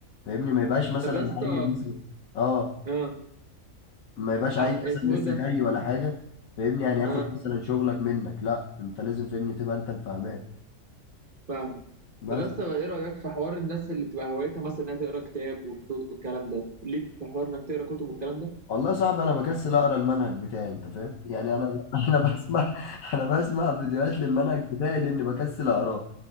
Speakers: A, on the left; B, on the right.
A: فاهمني؟ ما يبقاش مثلا
B: طب يا اسطى
A: عيل مثلا أه
B: اه
A: ما يبقاش عيل
B: عم
A: مثلا
B: اسمه
A: لسه
B: ايه ده
A: جاي ولا حاجة فاهمني يعني ياخد
B: اه
A: مثلا شغلك منك لا أنت لازم فاهمني تبقى أنت الفاهمان
B: فاهم
A: بس
B: طب بس ايه رأيك في حوار الناس اللي بتبقى هوايتها مثلا انها تقرا كتاب والك- والكلام ده ليك في حوار انك تقرا كتب والكلام ده
A: والله صعب انا بكسل اقرا المنهج بتاعي انت فاهم يعني انا ب... <laughs> انا بسمع انا بسمع فيديوهات للمنهج بتاعي لاني بكسل اقراه